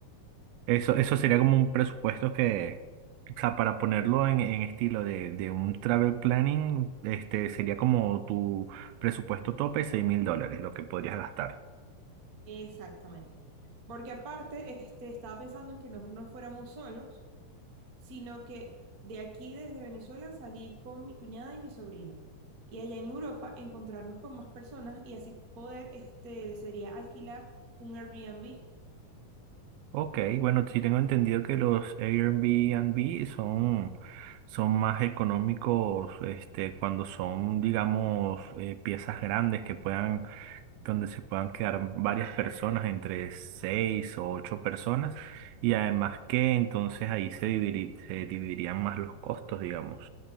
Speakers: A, on the right; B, on the right.
A: Eso,
B: ¿entiendes?
A: eso sería como un presupuesto que, o sea, para ponerlo en, en estilo de, de un travel planning, este sería como tu presupuesto tope, seis mil dólares, lo que podrías gastar.
B: Exactamente. Porque aparte, este, estaba pensando en que no nos fuéramos solos, sino que de aquí desde Venezuela salir con mi cuñada y mi sobrino. Y allá en Europa encontrarnos con más personas y así poder, este, sería alquilar un Airbnb.
A: Ok, bueno, sí tengo entendido que los Airbnb son, son más económicos, este, cuando son, digamos, eh, piezas grandes que puedan donde se puedan quedar varias personas, entre seis o ocho personas, y además que entonces ahí se dividi- se dividirían más los costos, digamos.